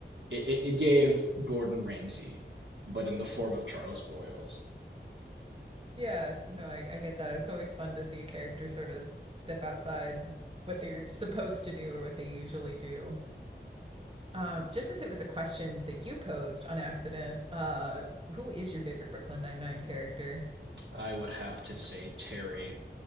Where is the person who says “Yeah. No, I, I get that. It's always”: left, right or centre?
Right